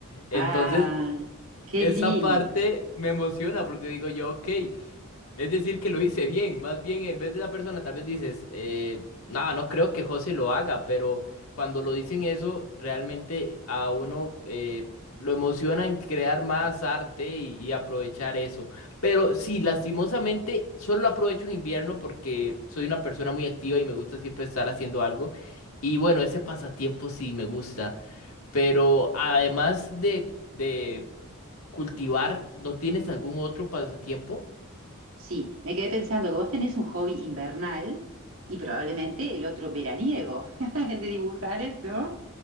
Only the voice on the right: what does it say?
Ah, qué
lindo.
Sí, me quedé pensando que vos tenés un hobby invernal y probablemente el otro veraniego, <laughs> el de dibujar, ¿no?